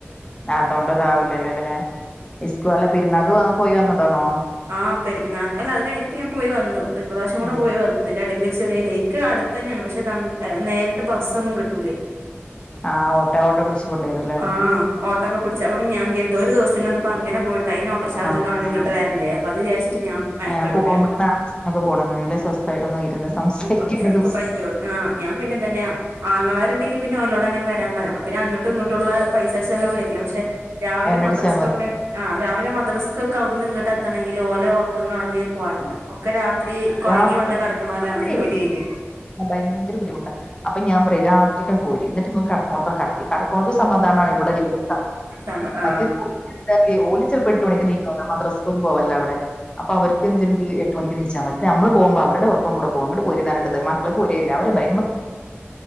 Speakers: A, on the left; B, on the right.
A: അതോണ്ട് ഇതാവില്ലല്ലോല്ലേ ഇസ്കൂ അല്ല പെരുന്നാക്ക് പോയി വന്നതോണോ
B: ആ പെരുന്നാക്ക് അല്ല അത് കഴിഞ്ഞിട്ട് ഞാൻ പോയി വന്നു ഒരു പ്രാവശ്യം കൂടെ
A: ഉം
B: പോയി വന്ന് അതിന്റ ഇടയിൻ മേൽ ഒരു ചെറിയ എൻക്ക് അടുത്ത് തന്നെയാണ് പക്ഷെ നേരിട്ട് ബസ്സൊന്നും കിട്ടൂലേ
A: ആഹ് ഓട്ടോ ഓട്ടോ പിടിച്ച് കൊണ്ടുവരുംല്ലേ
B: ആ ഓട്ടോ ഒക്കെ പിടിച്ച അപ്പൊ പിന്നെ ഞാൻ കരുതും ഒരു ദിവസത്തിനൊന്നും അപ്പ അങ്ങനെപോയിട്ട് അയിന് ഓട്ടോ ചാർജും
A: ആഹ്
B: കളഞ്ഞ് ഇങ്ങട്ട്
A: ആഹ്
B: വ അപ്പോ അത് വിചാരിച്ചിട്ട് ഞാൻ മെനക്കെടൂല്ലാ
A: ഏഹ് പോകുമ്പോ ഒക്കെ പോണം എന്നെങ്കിലേ സ്വസ്ഥായിട്ടൊന്ന് ഇരുന്ന്
B: <unintelligible>
A: സംസാരിക്കാനൊക്കെ
B: പറ്റുള്ളൂ ആ ഞാൻ പിന്നെ തന്നെ ആങ്ങളമാരുണ്ടെങ്കിൽ പിന്നെ ഓലോട് അങ്ങനെ വരാൻ പറയും അപ്പോ പിന്ന അങ്ങട്ടും ഇങ്ങട്ടുമുള്ള പൈസ ചെലവ് വരില്ലാ പക്ഷെ രാവിലെ
A: എണ്ണടിച്ചാ
B: മദ്രസക്കൊക്കെ
A: മതി
B: ആ രാവിലെ മദ്രസക്കൊക്കെ അവിടുന്ന് ഇങ്ങട്ട് എത്തണെങ്കിൽ ഓലെ ഒറക്കം കളഞ്ഞ് വരണം ഒക്കെ രാത്രി കൊഴഞ്ഞ്
A: ആ
B: വന്ന് കെടക്കണോലാണ്
A: രാത്രി
B: ജോലി കെെഞ്ഞ്
A: ഭയങ്കര ബുദ്ധിമുട്ടാ അപ്പ ഞാൻ പറയും രാത്രിക്ക് പോരി എന്നിട്ട് ഇങ്ങള് കെടക്കുന്നിടത്ത് <unintelligible> കെടക്കണോർക്കും സമാധാനം ആവും ഇവിടുള്ളോർക്കും സ
B: സമ ആ
A: <unintelligible> ഓല് ചെലപ്പോ എട്ട് മണിക്ക് എണീക്കും മദ്രസക്കൊന്നും പോവലില്ല അവിടെ അപ്പൊ അവർ ഇല്ലങ്കിൽ എട്ട് മണിക്ക് എണീച്ചാ മതി ഇത് ഞമ്മള് പോകുമ്പോ അവരുടെ ഒറക്കം കൂടെ പോവും അങ്ങട്ട് പോരീന്ന് പറഞ്ഞിട്ട് ഇതേമേ പോരല്ല അവര് <inaudible>